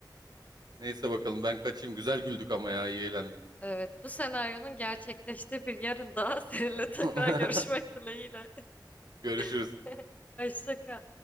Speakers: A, on the right (about 60°); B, on the left (about 20°).
A: Neyse bakalım ben kaçayım. Güzel güldük ama ya iyi eğlendik.
B: Evet bu senaryonun gerçekleştiği bir yarın daha <laughs> seninle tekrar
A: <laughs>
B: görüşmek dileğiyle.
A: Görüşürüz.
B: <laughs> Hoşça kal.